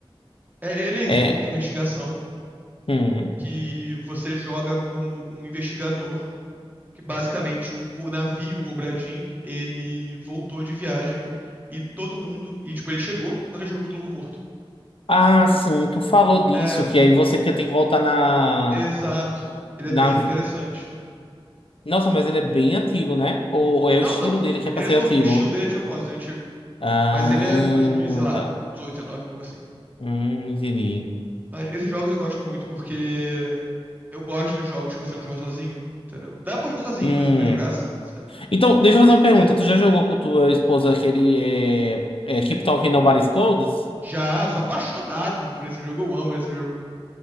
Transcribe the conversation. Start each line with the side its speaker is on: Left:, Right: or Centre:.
Right: É, ele é isso,
Left: É.
Right: é um jogo de investigação
Left: hum.
Right: que você joga como um investigador, que basicamente o, o navio, o Obra Dinn, ele voltou de viagem e todo mundo, e tipo, ele chegou, só que ele chegou com todo mundo morto.
Left: Ah,
Right: E,
Left: sim, tu falou disso,
Right: é,
Left: que aí você fica- tem que voltar na,
Right: exato, ele
Left: na.
Right: é bem interessante.
Left: Nossa, mas ele é bem antigo, né? Ou, ou é o
Right: Não,
Left: estilo
Right: não,
Left: dele que é pra
Right: ele
Left: ser
Right: é novo,
Left: antigo?
Right: o estilo dele é de propósito, é antigo.
Left: Ah,
Right: Mas ele é 2000, sei lá,
Left: tá.
Right: 18, 19, algo assim.
Left: Hum, entendi.
Right: Mas esses jogos eu gosto muito, porque eu gosto de jogos que você não joga sozinho, entendeu? Dá pra jogar sozinho,
Left: Hum.
Right: mas eu não vejo graça, sabe?
Left: Então, deixa eu fazer uma pergunta. Tu já jogou com tua esposa aquele é, é, Keep Talking Nobody Explodes?
Right: Já, eu sou apaixonado por esse jogo, eu amo esse jogo.